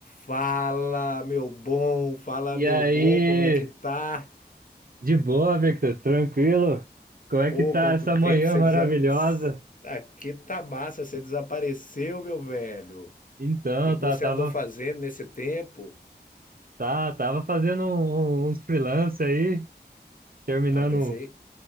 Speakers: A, on the left (about 50°); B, on the right (about 55°).
A: Fala, meu bom, fala,
B: E
A: meu
B: aí,
A: bom, como é que tá?
B: de boa, Victor? Tranquilo? Como é
A: Pô,
B: que tá
A: quanto
B: essa
A: tempo
B: manhã
A: você
B: maravilhosa?
A: desa... Aqui tá massa, você desapareceu, meu velho.
B: Então,
A: O que que
B: tá,
A: você
B: tava,
A: andou fazendo nesse tempo?
B: tá, tava fazendo um- um- uns freelance aí, terminando,
A: Ah, eu pensei,